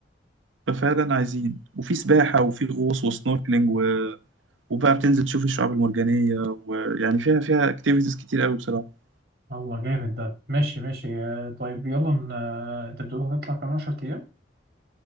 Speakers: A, on the right; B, on the right.
A: ففعلا عايزين وفي سباحة وفي غوص وسنوركلينج و... وبقى بتنزل تشوف الشعاب المرجانية ويعني فيها فيها اكتيفيتيز كتير قوي بصراحة
B: الله جامد ده ماشي ماشي آه، طيب يلا ن- آه، انت بتقول هتطلع كمان 10 ايام